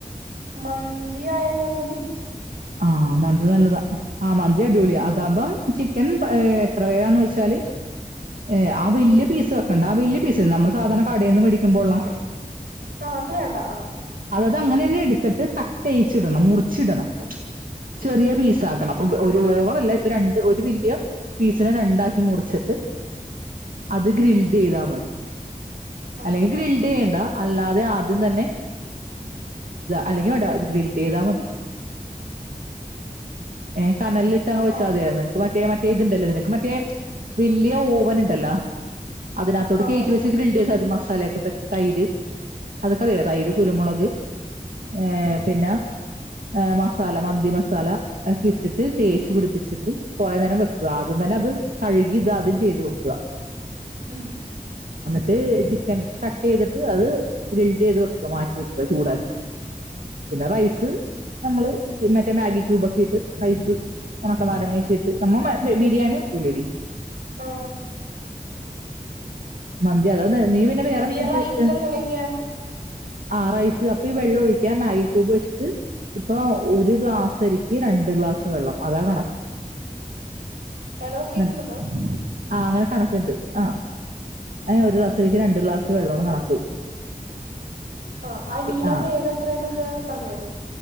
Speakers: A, on the right (about 90°); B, on the right (about 65°).
A: മന്തി ആയാലോന്നാ
B: ആ മന്തി നല്ലതാ ആ മന്തി അടിപൊളിയാ അതാമ്പം ചിക്കൻ ഏ എത്ര പേരാന്നവെച്ചാല് ഏ ആ വല്യ പീസ് വെക്കണ്ട ആ വല്യ പീസ് നമ്മള് സാധാരണ കടേന്ന് മേടിക്കുമ്പോള്ള
A: ആ അത് വേണ്ട ആ
B: അത് അങ്ങനെന്നെടുത്തിട്ട് കട്ടെയ്യ്ച്ചിടണം മുറി ച്ചിടണം ചെറിയ പീസാക്കണം ഒര് ഓവറല്ല ഇപ്പൊ രണ്ട് ഒരു വല്യ പീസിനെ രണ്ടാക്കി മുറിച്ചിട്ട് അത് ഗ്രിൽഡെയ്താ മതി
A: ആഹ്
B: അല്ലെങ്കി ഗ്രിൽഡെയ്യണ്ട അല്ലാതെ ആദ്യം തന്നെ അല്ലെങ്കിൽ വേണ്ട ഗ്രിൽഡെയ്‌തി മതി ഏ കനലിലിട്ട് അങ്ങ് വെച്ചാ
A: ആഹ്
B: മതിയന്ന് ഇപ്പ മറ്റ ഏ മറ്റേ ഇത്ണ്ടല്ലോ നിനക്ക് മറ്റേ വല്യ ഓവന് ണ്ടല്ലാ അതിനാത്തോട്ട്
A: ആഹ്
B: കേറ്റി വച്ച് ഗ്രിൽഡെയ്താ മതി മ മസാലക്കെ പെർറ്റി തൈര് അതക്കറിയാലോ തൈര് കുരുമുളക് ഏ പിന്നെ മസാല മന്തി മസാല ഒക്കെ ഇട്ടിട്ട് തേച്ച് പിടിപ്പിച്ചിട്ട് കുറെ നേരം വെക്ക്വ ആദ്യം തന്നെ അത് കഴുകി ഇതാദ്യം ചെയ്ത് വെക്കുക
A: ഉം
B: ട്ട് ചിക്കൻ കട്ട് ചെയ്തിട്ട് അത് ഗ്രിൽസെയ്ത് വെക്കാ മാറ്റി വെക്ക്വ ചൂടാക്കി പിന്നെ റൈസ് നമ്മള് ഇ മറ്റേ മാഗി ഈ ക്യൂബൊക്കെട്ട് റൈസ് ഉണക്കാനാരങ്ങൊക്കെ ഇട്ട് നമ്മ എപ്പഴും ബിരിയാണി വെക്കൂലടി
A: ആ
B: മന്തി അതാ നീ പിന്നെ വേറെ
A: അപ്പയീ
B: എന്താ ഉദ്ദേശിച്ച
A: റൈസ് എങ്ങനെക്കെയാ
B: ആ റൈസ് അപ്പ ഈ വെള്ളം ഒഴിക്കാ മാഗി ക്യൂബ് വെച്ചിട്ട് ഇപ്പൊ ഒരു ഗ്ലാസരിക്ക് രണ്ട് ഗ്ലാസ് വെള്ളം അതാ കണ
A: ഹലോ കേക്കുന്നുണ്ടോ
B: <unintelligible> ആ അങ്ങനെ കണക്ക്ണ്ട് ആ ഒരു ക്ലാസരിക്ക് രണ്ട് ഗ്ലാസ് വെള്ളോണ് കണക്ക്
A: ആ അരിയുടെ
B: ആ
A: വേവെത്ര ന്നൊക്കെ പർഞ്ഞെരോ